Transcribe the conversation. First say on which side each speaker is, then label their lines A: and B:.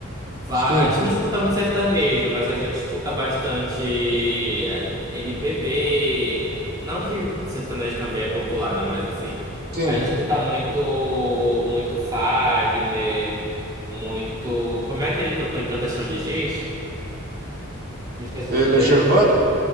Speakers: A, on the right (about 20°); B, on the right (about 50°).
A: Vá,
B: Sim,
A: a gente não escuta muito sertanejo, mas a gente escuta bastante é, MPB. Não que sertanejo também é popular, né, mas assim,
B: sim.
A: a gente escuta muito, muito Fagner, muito. Como é aquele cantor que canta Chão de Giz? Me esqueci
B: Ela
A: o nome dele.
B: é germana?